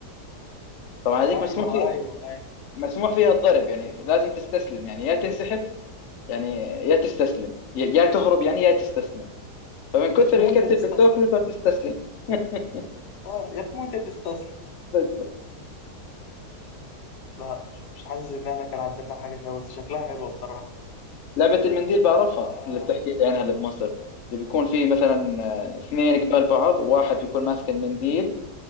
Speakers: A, on the left; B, on the left.
A: طبعا هذيك
B: ايوه
A: مسموح في
B: ايوه ايوه
A: مسموح فيها الضرب يعني لازم تستسلم يعني يا تنسحب يعني يا تستسلم يا يا تهرب يعني يا تستسلم فمن كثر
B: يا تموت
A: الكتل
B: يا تستسلم
A: اللي بتاكله فبتستسلم <laughs>
B: اه يا تموت يا تستسلم
A: بس
B: لا مش مش حاسس ان احنا كان عندنا حاجه شبه بس شكلها حلوه بصراحه
A: لعبة المنديل بعرفها
B: آه
A: اللي بتحكي لي عنها اللي بمصر اللي بيكون في مثلا آه، اثنين قبال بعض واحد بيكون ماسك المنديل